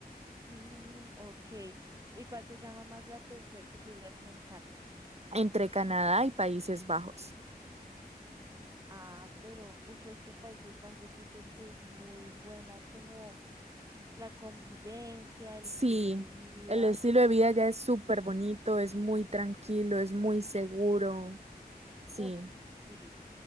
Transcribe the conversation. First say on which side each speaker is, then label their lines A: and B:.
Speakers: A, on the right; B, on the right.
A: Mm, ok, ¿y cuál te llama más la atención que tú digas me encanta?
B: entre Canadá y Países Bajos.
A: Ah, pero, uf, es que Países Bajos dicen que es muy buena como la convivencia, el
B: Sí,
A: estilo de vida.
B: el estilo de vida ya es súper bonito, es muy tranquilo, es muy seguro. Sí.
A: Uf, sí,